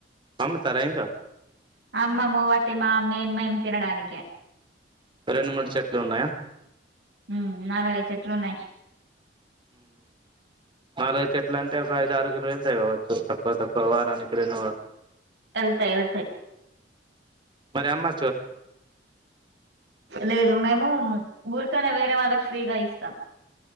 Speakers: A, on the right (about 25°); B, on the right (about 70°).
A: అమ్ముతారా ఇంకా?
B: అమ్మము వాటి మా మే మేం తినడానికే
A: రెండు మూడు చెట్లు ఉన్నాయా
B: ఉమ్ నాలుగు చెట్లున్నాయ్.
A: నాలుగైద్ చెట్లు అంటే ఒక ఐదు ఆరు కిలో వెళ్తాయి కావచ్చు తక్కువ తక్కువ వారానికి రెండు వా
B: ఎళ్తాయి ఎళ్తాయి
A: మరి అమ్మా
B: లేదు మేము ఉం ఊరుకనే వేరే వాళ్ళకు ఫ్రీగా ఇస్తాం.